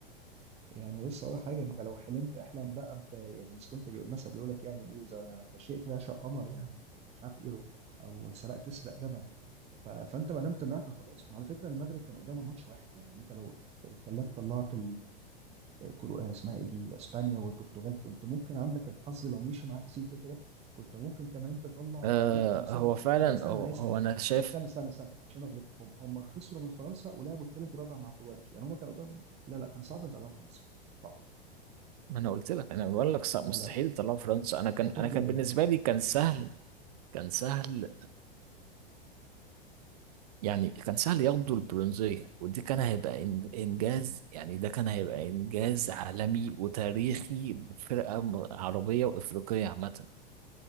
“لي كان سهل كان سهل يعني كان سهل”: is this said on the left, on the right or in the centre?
Right